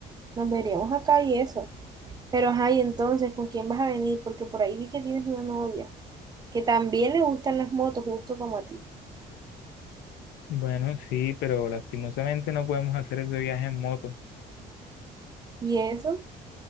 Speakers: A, on the right (about 25°); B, on the left (about 80°).
A: nos veríamos acá y eso. Pero, ajá, y entonces, ¿con quién vas a venir? Porque por ahí vi que tienes una novia que también le gustan las motos, justo como a ti.
B: bueno, sí, pero lastimosamente no podemos hacer ese viaje en moto.
A: Y eso,